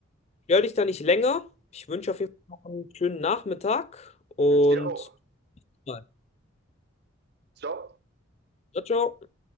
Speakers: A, on the left (about 30°); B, on the right (about 50°).
A: Stör dich da nicht länger. Ich wünsche auf jeden Fall noch einen schönen Nachmittag und
B: jetzt hier auch.
A: bis bald.
B: Stop!
A: ciao, ciao.